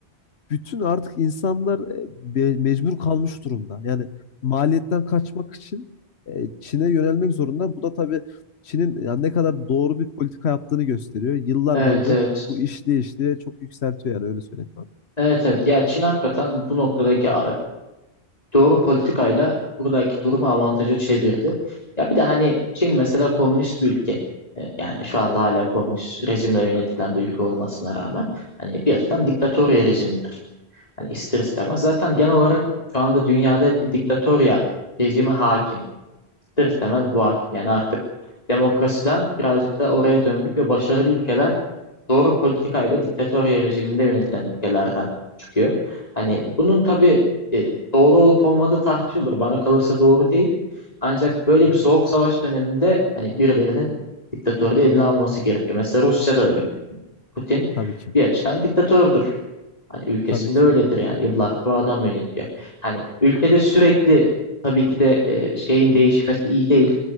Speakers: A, on the left (about 70°); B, on the left (about 35°).
A: bütün artık insanlar e, be- mecbur kalmış durumda. Yani maliyetten kaçmak için e, Çin'e yönelmek zorunda. Bu da tabii Çin'in yani ne kadar doğru bir politika yaptığını gösteriyor. Yıllar
B: Evet
A: boyunca
B: evet.
A: bu işliye işliye çok yükseltiyor yani öyle söyleyeyim kanka.
B: Evet evet. Ya Çin hakikaten bu noktadaki e, doğru politikayla buradaki durumu avantaja çevirdi. Ya bir de hani Çin mesela komünist bir ülke. E, yani şu anda hala komünist rejimle yönetilen bir ülke olmasına rağmen hani bir açıdan diktatorya rejimidir. Hani ister istemez. Zaten genel olarak şu anda dünyada hep bir diktatorya rejimi hakim. ister istemez bu hakim. Yani artık demokrasiden birazcık da oraya döndük ve başarılı ülkeler doğru politikayla diktatörya rejiminde yönetilen ülkelerden çıkıyor. Hani bunun tabii e, doğru olup olmadığı tartışılır. Bana kalırsa doğru değil. Ancak böyle
A: Hı
B: bir soğuk
A: hı.
B: savaş döneminde hani birilerinin diktatörlüğü eline alması gerekiyor. Mesela Rusya da öyle. Putin
A: Tabii ki.
B: bir açıdan diktatördür. Hani ülkesinde
A: Tabii ki.
B: öyledir yani yıllardır o adam yönetiyor. Hani ülkede sürekli tabii ki de e, şeyin
A: Hı
B: değişmesi iyi değil.